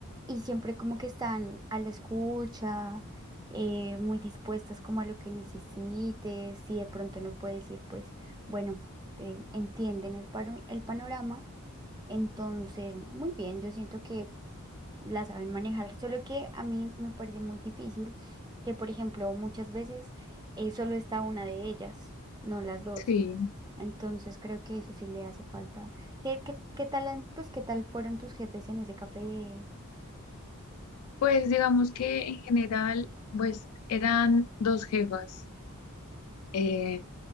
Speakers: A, on the right; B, on the left.
A: y siempre como que están a la escucha, eh, muy dispuestas como a lo que necesites, si de pronto no puedes ir, pues bueno, eh, entienden el, paro- el panorama, entonces, muy bien, yo siento que la saben manejar, solo que a mí me parece muy difícil que, por ejemplo, muchas veces eh, solo está una de ellas, no las dos.
B: Sí,
A: Entonces creo que eso sí le hace falta. ¿Qué, qué, qué tal, han- pues, qué tal fueron tus jefes en ese café de
B: pues digamos que en general, pues eran dos jefas eh,